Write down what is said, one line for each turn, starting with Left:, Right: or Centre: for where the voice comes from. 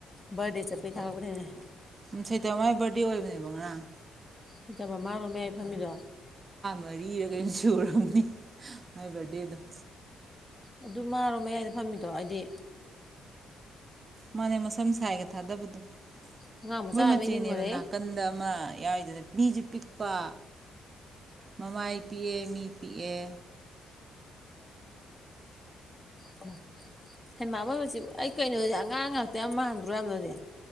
Left: ꯕꯥꯔꯗꯦ ꯆꯠꯄꯩ ꯊꯥꯒꯠ ꯂꯛꯄꯥ ꯊꯦꯡꯅꯩ
Right: ꯎꯝ ꯁꯩꯇꯥꯃꯥꯏ ꯕꯥꯔꯗꯦ ꯑꯣꯏꯕꯅꯦꯕ ꯉꯔꯥꯡ
Left: ꯍꯩꯇꯕ ꯃꯥꯔꯣ ꯃꯥꯌꯥꯏ ꯐꯝꯃꯤꯗꯣ
Right: ꯃ ꯔꯤꯔꯛ ꯀꯩꯅꫭ ꯁꯨꯔꯥꯃꯅꯤ ꯃꯥꯏ ꯕꯥꯔꯗꯦꯗꫭ
Left: ꯑꯗꯨ ꯃꯥꯔꯣ ꯃꯌꯥꯏꯗ ꯐꯝꯃꯤꯗꯣ ꯑꯩꯗꯤ
Right: ꯃꯅꯦ ꯃꯁꯝ ꯁꯥꯏꯒ ꯊꯥꯗꯕꯗꯨꯨ
Left: ꯑꯉꯥꯡ ꯃꯆꯥ
Right: ꯃꯣꯏ
Left: ꯑꯣꯏꯕꯩ
Right: ꯃꯆꯦꯅꯦꯕ
Left: ꯅꯤꯡꯉꯨꯔꯦ
Right: ꯅꯥꯀꯟꯗ ꯑꯃ ꯃꯥꯌꯥꯏꯗꯨꯅ ꯃꯤꯁꯨ ꯄꯤꯛꯄ ꯃꯃꯥꯏ ꯄꯤꯛꯑꯦ ꯃꯤ ꯄꯤꯛꯑꯦ
Left: ꯃꯥ ꯍꯩꯃꯥ ꯃꫭꯏꯃꯥꯆꯦ ꯑꯩ ꯀꯩꯅꯣꯗꯨꯗꯤ ꯑꯉꯥꯡ ꯉꯥꯛꯇ ꯌꯥꯝ ꯃꯥꯟꯗ꯭ꯔꯣ ꯌꯥꯝ ꯑꯗꯨꯗꯤ